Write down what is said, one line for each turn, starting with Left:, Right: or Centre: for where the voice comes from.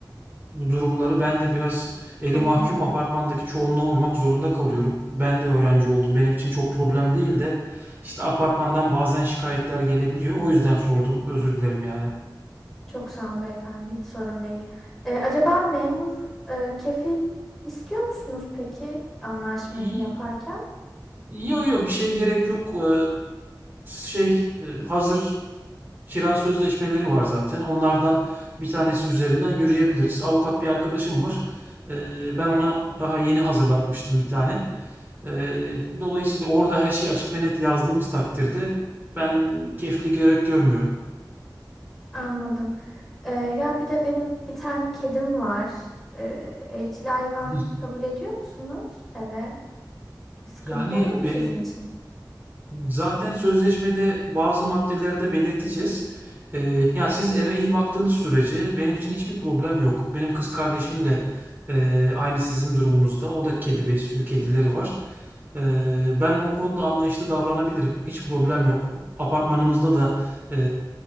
Right: bu durumları. Ben de biraz eli
Centre: anladım.
Right: mahkum apartmandaki çoğunluğa uymak zorunda kalıyorum. Ben de öğrenci oldum. Benim için çok problem değil de işte apartmandan bazen şikayetler gelebiliyor. O yüzden sordum. Özür dilerim yani.
Centre: Çok sağ olun beyefendi hiç sorun değil. Ee, acaba memur e, kefil istiyor musunuz peki anlaşmayı
Right: İyi,
Centre: yaparken?
Right: yo yok bir şeye gerek yok. E, şey e, hazır Kira sözleşmeleri var zaten. Onlardan bir tanesi üzerinden yürüyebiliriz. Avukat bir arkadaşım var. Eee, ben ona daha yeni hazırlatmıştım bir tane. Eee, dolayısıyla orada her şeyi açık ve net yazdığımız takdirde ben kefili gerek görmüyorum.
Centre: Anladım. Ee, ya bir de benim bir tane kedim var. Ee, evcil hayvan
Right: <laughs>
Centre: kabul ediyor musunuz eve? Bir sıkıntı
Right: Yani
Centre: olur mu sizin
Right: e,
Centre: için?
Right: Zaten sözleşmede bazı maddelerde belirteceğiz. Ee, ya siz eve iyi baktığınız sürece benim için hiçbir problem yok. Benim kız kardeşim de e, aynı sizin durumunuzda. O da kedi besliyor, kedileri var. Ee, ben o konuda anlayışlı davranabilirim. Hiç problem yok. Apartmanımızda da e,